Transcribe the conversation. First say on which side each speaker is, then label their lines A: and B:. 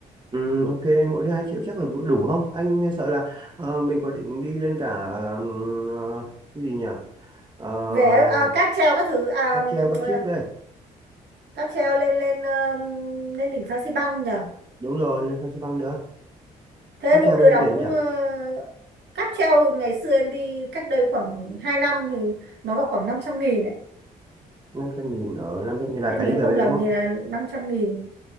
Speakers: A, on the right; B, on the right.
A: Ừ, ok, mỗi đứa 2 triệu chắc là vừa đủ không? Anh sợ là ờ, mình còn định đi lên cả ừm, ờ, cái gì nhỉ? Uh,
B: về à, cáp treo các thứ à,
A: cáp
B: ừm,
A: treo, cáp
B: ờ,
A: chiếc đây.
B: cáp treo lên lên ừm, lên đỉnh Phan Xi Păng nhỉ
A: Đúng rồi, lên Phan Xi Păng nữa.
B: Thế
A: Cáp
B: mỗi
A: treo bao
B: đứa
A: nhiêu
B: đóng
A: tiền nhỉ?
B: ờ, cáp treo ngày xưa em đi cách đây khoảng 2 năm thì nó vào khoảng 500 nghìn ấy.
A: năm trăm nghìn, ở năm trăm nghìn là
B: Em
A: cả đi
B: nhớ
A: cả
B: không
A: về
B: lầm
A: đúng không?
B: thì là 500 nghìn.